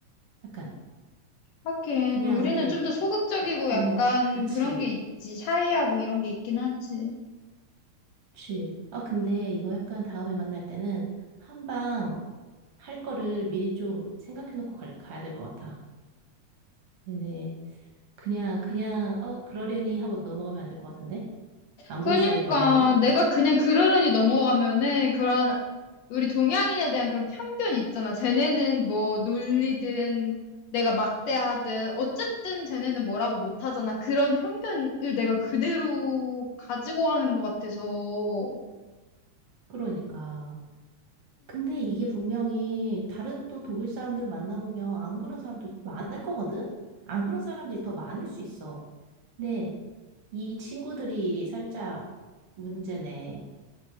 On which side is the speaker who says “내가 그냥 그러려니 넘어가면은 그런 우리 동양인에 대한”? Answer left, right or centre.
Left